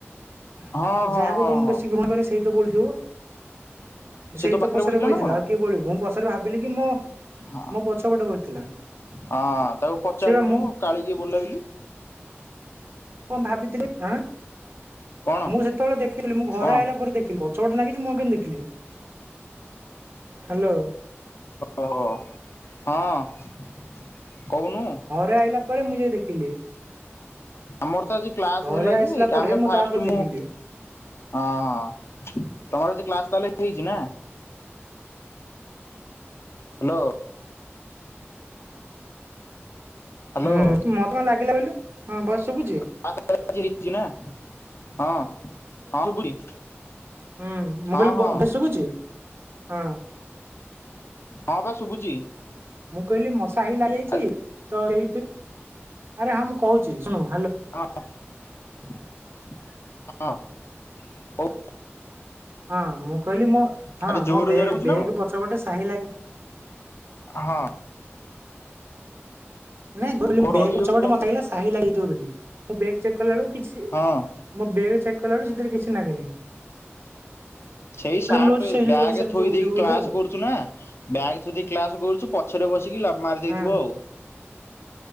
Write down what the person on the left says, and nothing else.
ହଁ ହଁ
ହଁ
ହଁ
ସେ
ତୋ
ପାଖରେ
ନା କଣ?
ହଁ
ହଁ ତାକୁ ପଚାରିଲୁନୁ
କାଳିି କିଏ ବୋଳିଲା ବୋଲି।
କଣ
କଣ
ଓହୋ, ହଁ କହୁନୁ।
ଆମର ତ ଆଜି କ୍ଲାସ୍
ହେଲା
ଯେ,
ଆମେ
ଫାଷ୍ଟ
ମୁଁ
ହଁ, ହଁ, ତୋମର ଆଜି କ୍ଲାସ୍ ତାହେଲେ ହେଇଛି ନା? ହ୍ୟାଲୋ। ହ୍ୟାଲୋ
<inaudible> ଆଜି ହେଇଛି ନା? ହଁ, ହଁ ଶୁଭୁଛି।
ହଁ
ହଁ
ହଁ ପା ଶୁଭୁଛି।
ଆରେ
ହିଁ ହଁ କହୁନୁ।
ଆରେ ଜୋରରେ
ଜୋରରେ କହୁଛୁ ନା
ହଁ।
କଣ
ରହିଯାଉଛି
କଣ
କିରେ
ହଁ।
ସେଇ ସାର୍ଟରେ
ବ୍ୟାଗ
ଥୋଇ
ଦେଇକି
କ୍ଲାସ
କରୁଛୁ ନା। ବ୍ୟାଗ୍ ଥୁଇକି କ୍ଲାସ କରୁଛୁ ପଛରେ ବସିକି ମାରି ଦେଇଥିବ
ଆଉ।